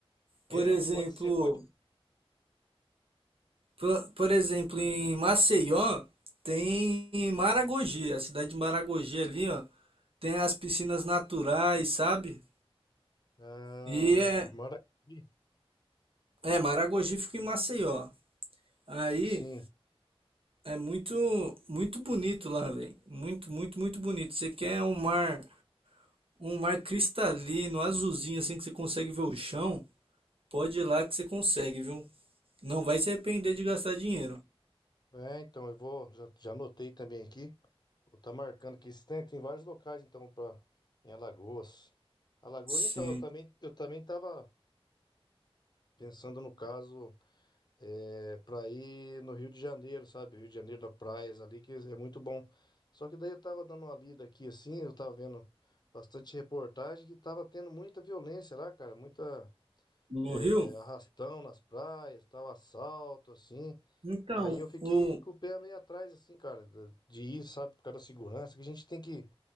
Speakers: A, on the right; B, on the left.
A: Por
B: É,
A: exemplo,
B: mas pode ser, pode.
A: por, por exemplo, em Maceió tem Maragogi, a cidade de Maragogi ali, ó, tem as piscinas naturais, sabe?
B: Ah,
A: E é,
B: mora aqui.
A: é Maragogi fica em Maceió. Aí
B: Sim.
A: é muito, muito bonito lá, velho. Muito, muito, muito bonito. Você quer um mar Um mar cristalino, azulzinho, assim que você consegue ver o chão. Pode ir lá que você consegue, viu? Não vai se arrepender de gastar dinheiro.
B: É, então eu vou, já, já anotei também aqui. Vou tá marcando aqui. Isso Tem, tem vários locais então para em Alagoas. Alagoas,
A: Sim.
B: então eu também eu também tava pensando no caso é, para ir no Rio de Janeiro, sabe? Rio de Janeiro da praias ali, que é muito bom. Só que daí eu tava dando uma lida aqui, assim, eu tava vendo bastante reportagem que tava tendo muita violência lá, cara, muita
A: No
B: é,
A: Rio?
B: arrastão nas praias, tal, assalto, assim.
A: Então,
B: Aí eu fiquei
A: o...
B: com o pé meio atrás, assim, cara, da- de ir, sabe, por causa da segurança, que a gente tem que,